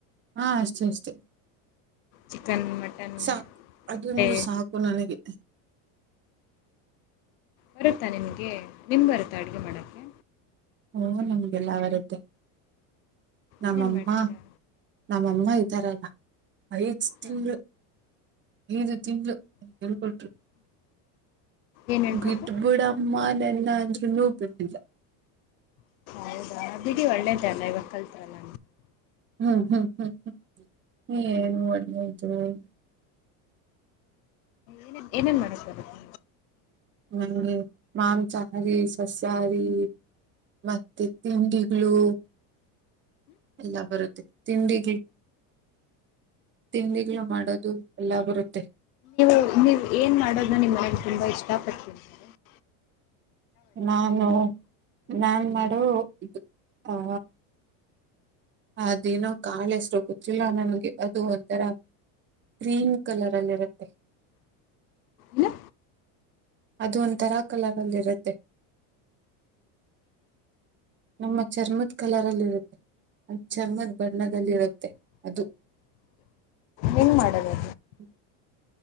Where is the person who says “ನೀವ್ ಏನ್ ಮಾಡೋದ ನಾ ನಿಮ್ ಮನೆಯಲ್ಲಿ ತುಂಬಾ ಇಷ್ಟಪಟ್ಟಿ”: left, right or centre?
Left